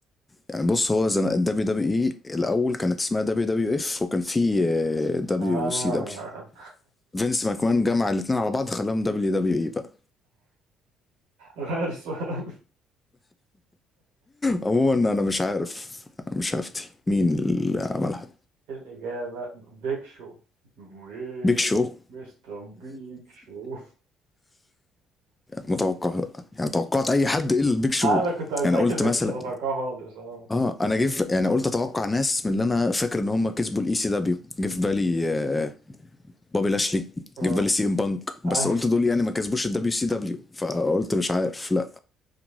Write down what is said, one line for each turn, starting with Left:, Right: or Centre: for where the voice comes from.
Left: يعني بص هو الدبليو دبليو اي الاول كانت اسمها دبليو دبليو اف وكان في دبليو
Right: آه
Left: سي دبليو فينس ماكمان جمع الاثنين على بعض خلاهم دبليو دبليو اي بقى
Right: <laughs> غير السؤال
Left: عموما انا مش عارف مش هفتي مين اللي عملها
Right: الإجابة بيك شو وإيه
Left: بيك شو
Right: مستر بيك شو <laughs>
Left: متوقع يعني توقعت اي حد الا البيك شو
Right: أنا كنت متأكد
Left: يعني قلت
Right: إنك
Left: مثلا
Right: مش هتتوقعها خالص أه
Left: اه انا جه في- يعني قلت اتوقع ناس من اللي انا فاكر ان هم كسبوا الاي سي دبليو جه في بالي آه، بابي لاشلي
Right: أه
Left: جه في بالي سي ام بانك بس
Right: <laughs> أيوة.
Left: قلت دول يعني ما كسبوش الدبليو سي دبليو فقلت مش عارف لا